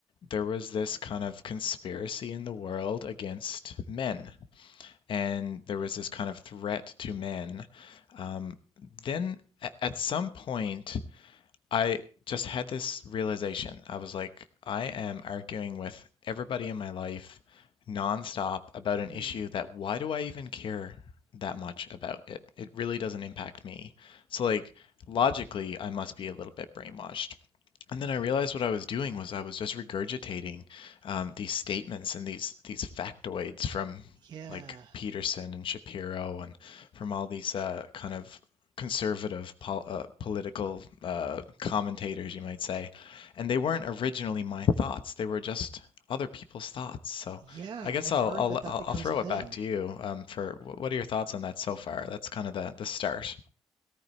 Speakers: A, on the left; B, on the right.
A: there was this kind of conspiracy in the world against men and there was this kind of threat to men. Um, then a- at some point, I just had this realization. I was like, I am arguing with everybody in my life nonstop about an
B: Mm,
A: issue that why do I even care that much about it? It really doesn't impact me. So like logically, I must be a little bit brainwashed. And then I realized what I was doing was I was just regurgitating um, these statements and these these factoids from
B: yeah.
A: like Peterson and Shapiro and from all these uh, kind of conservative pol uh, political uh, commentators, you might say. And they weren't originally my thoughts; they were just other people's thoughts. So
B: Yeah,
A: I guess
B: I've
A: I'll
B: heard
A: I'll
B: that that
A: I'll
B: becomes
A: I'll throw
B: a thing.
A: it back to you um, for wh- what are your thoughts on that so far? That's kind of the the start.